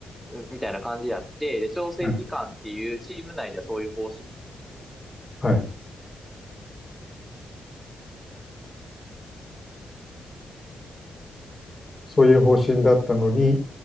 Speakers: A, in the centre; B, on the left.
A: みたいな感じやって、で、調整期間っていうチーム内ではそういう方
B: はい。はいそういう方針だったのに、